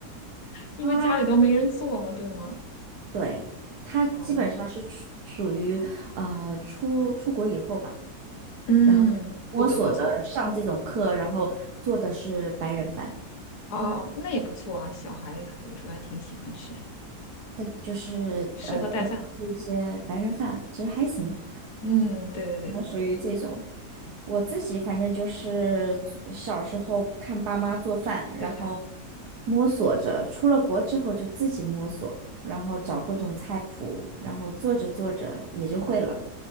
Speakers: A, on the left; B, on the right.
A: 因为家里都没人做嘛，
B: 啊，
A: 对吗？
B: 对，他基本上是属属于呃出出国以后吧。
A: 哦，嗯，
B: 然后摸索的上这种课，
A: 不得不做。
B: 然后做的是白人饭，
A: 哦哦，哦，那也不错啊，小孩有时候还挺喜欢吃，
B: 对，就是呃点一些白人饭，
A: 适合带饭。
B: 其实还行，
A: 嗯，对对对，
B: 嗯属于这种。我自己反正就是小时候看爸妈做饭，然后
A: 对呀、
B: 摸索着，出了国之后就自己摸索，然后找各种菜谱，然后做着做着也就会了。